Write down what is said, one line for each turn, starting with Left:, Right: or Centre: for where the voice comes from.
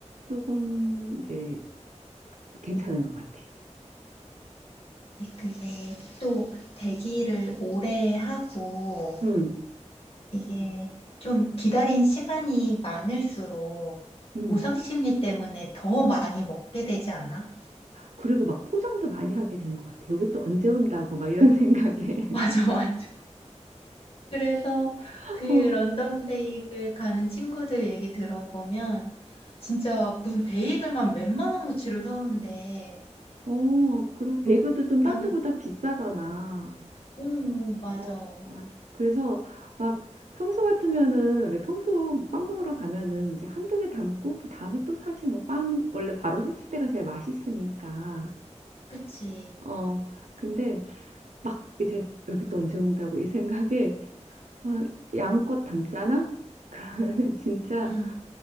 Right: 조금 이제 괜찮은 것 같아
Left: 네, 그게 또 대기를 오래 하고
Right: 음
Left: 이게 좀 기다린 시간이 많을수록
Right: 음.
Left: 보상 심리 때문에 더 많이 먹게 되지 않아?
Right: 그리고 막 포장도 많이 하게 되는 것 같아요. 여기 또 언제 온다고 막 이런 <laughs> 생각에.
Left: <laughs> 맞아, 맞아. 그래서
Right: <laughs>
Left: 그 런던
Right: 어,
Left: 베이글 가는 친구들 얘기 들어보면 진짜 무슨 베이글만 몇만 원어치를 사온대.
Right: 어, 그리고 베이글도
Left: 어,
Right: 좀 딴
Left: 나는,
Right: 데보다 비싸잖아.
Left: 응, 맞아.
Right: 어, 맞아. 그래서 막 평소 같으면은 왜 평소 빵 먹으러 가면은 이제 한두 개 담고 그 다음에 또 사지 뭐 빵 원래 바로 샀을 때가 제일 맛있으니까.
Left: 그치.
Right: 어, 근데 막 이제 여기 또 언제 온다고 이 생각에 막 양껏 담잖아? 그러면 <laughs> 진짜
Left: 응.